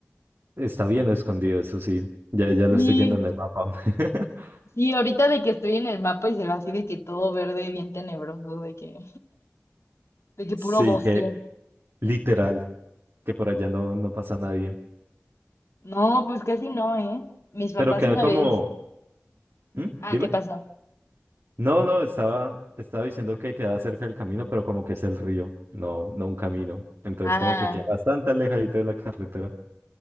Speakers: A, on the right; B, on the left.
A: Está bien escondido, eso sí. Ya, ya
B: Sí,
A: lo estoy viendo en el mapa. <laughs>
B: Sí, ahorita de que estoy en el mapa y se ve así de que todo verde, bien tenebroso, de que, de que
A: Sí,
B: puro bosque.
A: que literal. que por allá no, no pasa nadie.
B: No, pues casi no, ¿eh? Mis papás
A: Pero queda
B: una
A: como...
B: vez.
A: ¿Mm?
B: Ah,
A: Dime.
B: ¿qué pasó?
A: No, no, estaba, estaba diciendo que queda cerca del camino, pero como que es el río, no, no un camino. Entonces
B: Ah,
A: como que queda bastante alejadito de la carretera.